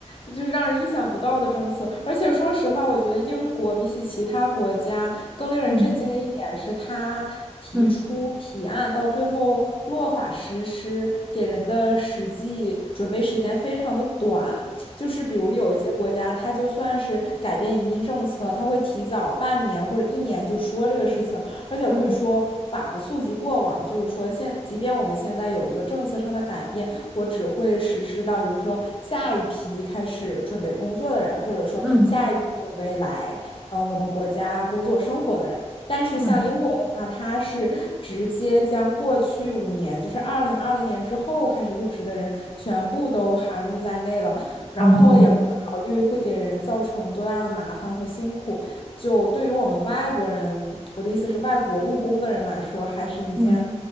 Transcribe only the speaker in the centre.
嗯
嗯
嗯
嗯嗯
嗯。
哦 no！
嗯